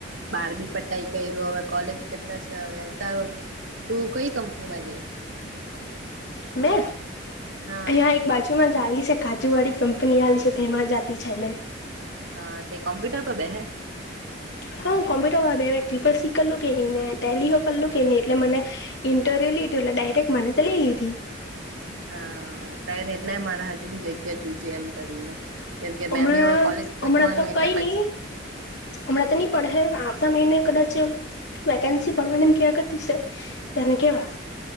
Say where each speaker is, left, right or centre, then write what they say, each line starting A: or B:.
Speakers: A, on the right (about 80°); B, on the left (about 60°).
A: બાર બી પટાઈ કર્યું, હવે કોલેજ કરતા છે હવે તું કઈ કંપની મા જાય?
B: મેં
A: હા
B: હં એક બાજુ <inaudible> જુમાં જલી છે કાજુ વાળી કંપની આવે છે તેમાં જતી છે અમે.
A: અ, તે કમપ્યુટર પર બેહે?
B: હા કોમ્પ્યુટર વા બેહે ટ્રિપલ સી કરલું કે નહી ને ટેલી ઓ કરલું કે ન એટ મને ઇન્ટરેલી પેલા ડાયરેક્ટરે મને લઈ લીધી.
A: હા, કઈનહિ એટલે મારા હજુ બી જગ્યા જોજે એમ કરીને. કેમ કે
B: હમણાં,
A: મેં બી હવે કોલેજ પતવાનું
B: હમણાં તો
A: એટલે
B: કઈ નહી
A: પછી
B: હમણાં તો નહી પડે તમ એને કદાચ વેકેન્સી ભરવાને એમ કહ્યા કરતી છે તને કહેવા